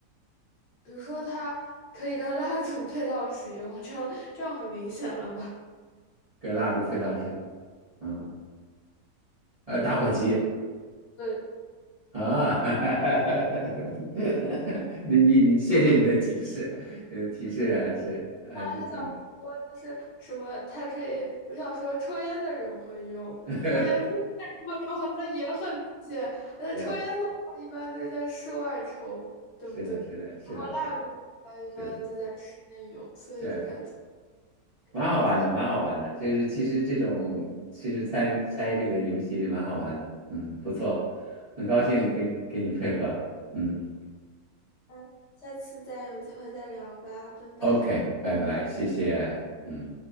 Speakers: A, on the left (about 50°); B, on the right (about 30°).
A: 比如说它可以跟蜡烛 <laughs> 配套使用，这样这样很明显了吧？
B: 跟蜡烛配套使用。嗯，呃，打火机
A: 对。
B: 啊，<laughs> 你你你，谢谢你的提示，呃，提示还是还是挺，
A: 还想说就是什么，他这我想说抽烟的人会用，
B: <laughs>
A: 而且抽烟的人好像也很明显，而且抽烟的话一般都是在室外抽，
B: 对，
A: 对不对？
B: 是的，
A: 然后蜡烛的话一般就在室内用，
B: 是的，是的，是的，是的，
A: 所以就感觉
B: 对。
A: 还挺好猜的。
B: 蛮好玩的，蛮好玩的，就是其实这种其实猜猜这个游戏蛮好玩的，嗯，不错，很高兴跟你跟你配合，
A: 那这你
B: 嗯
A: 下下次再有机会再聊吧，拜拜。
B: ，OK，拜拜，谢谢，嗯。